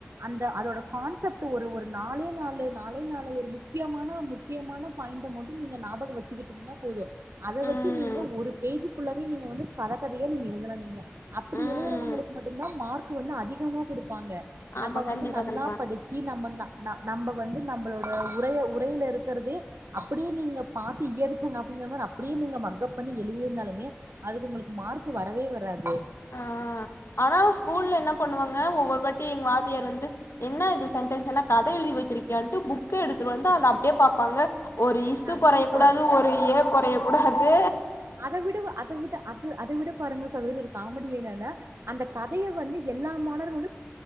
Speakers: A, on the right; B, on the left.
A: அந்த அதோட கான்செப்ட் ஒரு ஒரு நாலே நாலு நாலே நாலு ஒரு முக்கியமான முக்கியமான பாய்ண்ட மட்டு நீங்க ஞாபகோ வச்சுகிட்டீங்கனா போது அத
B: ம்
A: வச்சு நீங்க ஒரு பேஜ் ஃபுல்லாவே நீங்க வந்து கத கதயா நீங்க எழுதலா நீங்க அப்டி
B: ம்
A: எழுதுறங்களுக்கு மட்டுந்தா மார்க் கு வந்து அதிகமா குடுப் பாங்க
B: ஆமா
A: நம்ப
B: கண்டிப்பா
A: வந்து நல்லா
B: கண்டிப்பா
A: படிச்சு நம்ப நா நம்ப வந்து நம் உங்களோட உடைய உரைல இருக்கறுதே அப்பிடியே நீங்க பாத்து இய்யடிச்சாங் காப்பிங்ற மாரி அப்பிடியே நீங்க மக்கப் பண்ணி எழுதி இருந்தாலுமே அதுக்கு உங்களுக்கு மார்க்கு வரவே வராது
B: ஆ ஆனா ஸ்கூல்ல என்ன பண்ணுவாங்க ஒவ்வொர் வாட்டி எங்க வாத்தியார் வந்து என்ன இது சென்டன்ஸ் என்ன கத எழுதி வச்சிருக்கியான்ட்டு புக்க எடுத்துட் வந்து அத அப்டியே பாப்பாங்க ஒரு இஸ்ஸு
A: கண்டிப்பா
B: கொறைய கூடாது ஒரு எ கொறைய கூடாது
A: அத விடவு அத உட அது அத விட பாருங்க சகோத்ரி ஒரு காமடி என்னன்னா அந்த கதைய வந்து எல்லா மாணர்களு